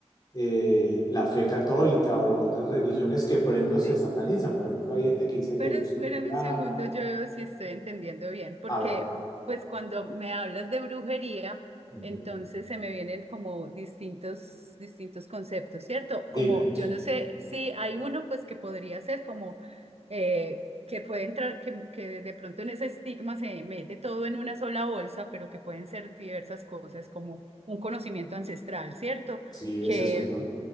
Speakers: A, on the left; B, on the right.
A: eh, la fe católica u otras religiones que, por ejemplo, se
B: sí.
A: satanizan. Por ejemplo, hay gente que dice
B: Pero
A: que los
B: espérame
A: cristianos...
B: un segundo, yo veo si estoy entendiendo bien, porque
A: A ver,
B: pues cuando me hablas de brujería,
A: ujú,
B: entonces se me vienen como distintos, distintos conceptos, ¿cierto?
A: dímelos.
B: Como yo no sé si hay uno pues que podría ser como eh, que puede entrar, que, que de pronto en ese estigma se mete todo en una sola bolsa, pero que pueden ser diversas cosas como un conocimiento ancestral, ¿cierto?
A: Sí,
B: que
A: ese es uno.